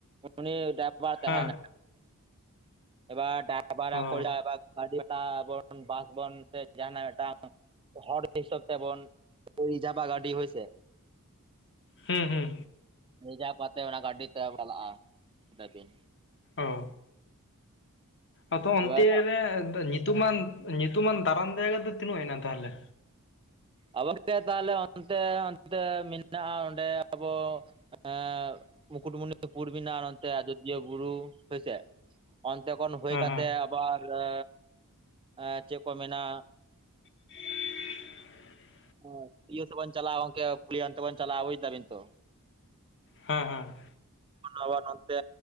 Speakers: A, on the right; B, on the left.
A: ᱱᱩᱭ ᱰᱟᱭᱵᱷᱟᱨ ᱮ ᱛᱟᱦᱮᱱᱟ᱾
B: ᱦᱮᱸ
A: ᱮᱵᱟᱨ ᱰᱚᱭᱵᱟᱨ <unintelligible>
B: ᱚ
A: <unintelligible> <unintelligible> ᱵᱟᱥ ᱵᱚᱱ <unintelligible> ᱦᱚᱲ ᱦᱤᱥᱟᱹᱵ ᱛᱮᱵᱚᱱ ᱨᱤᱡᱟᱯᱟ ᱜᱟᱹᱰᱤ ᱦᱚᱭᱥᱮ
B: ᱦᱩᱸ ᱦᱩᱸ
A: ᱨᱤᱡᱟᱯ ᱠᱟᱛᱮᱫ ᱚᱱᱟ ᱜᱟᱹᱰᱤ ᱛᱮᱵᱚ ᱪᱟᱞᱟᱜ-ᱟ ᱯᱮ ᱫᱤᱱ
B: ᱚ- ᱟᱛᱚ ᱚᱱᱛᱮ
A: ᱮᱵᱟᱨ
B: ᱨᱮ ᱧᱩᱛᱩᱢᱟᱱ ᱧᱤᱛᱩᱢᱟᱱ ᱫᱟᱨᱟᱱ ᱡᱟᱭᱜᱟ ᱫᱚ ᱛᱤᱱᱟᱹᱜ ᱦᱩᱭᱱᱟ ᱛᱟᱦᱚᱞᱮ?
A: ᱟᱵᱚ ᱥᱮ ᱛᱟᱦᱚᱞᱮ ᱚᱱᱛᱮ ᱚᱱᱛᱮ ᱢᱮᱱᱟᱜᱼᱟ ᱚᱸᱰᱮ ᱟᱵᱚ, ᱟᱸ ᱢᱩᱠᱩᱴᱢᱩᱱᱤ ᱯᱩᱲᱵᱤᱱᱟ ᱱᱚᱛᱮ ᱟᱡᱚᱫᱤᱭᱟᱹ ᱵᱩᱨᱩ ᱥᱮ ᱪᱮᱜ ᱚᱱᱛᱮ ᱠᱷᱚᱱ ᱦᱩᱭ
B: ᱦᱮᱸ
A: ᱠᱟᱛᱮᱜ
B: ᱦᱮᱸ
A: ᱵᱟᱨᱟᱹ ᱮᱸ ᱪᱮᱜ ᱠᱚ ᱢᱮᱱᱟ
B: <inaudible>
A: ᱦᱚᱭ, ᱤᱭᱟᱹ ᱛᱮᱵᱚᱱ ᱪᱟᱞᱟᱣ ᱜᱚᱝᱠᱮ ᱯᱷᱩᱞᱤᱟᱱᱛᱮ ᱵᱚᱱ ᱪᱟᱞᱟᱜᱼᱟ ᱵᱩᱡ ᱫᱟᱵᱤᱱ ᱛᱚ,
B: ᱦᱮᱸ ᱦᱮᱸ᱾
A: ᱟᱵᱟᱨ ᱱᱚᱛᱮ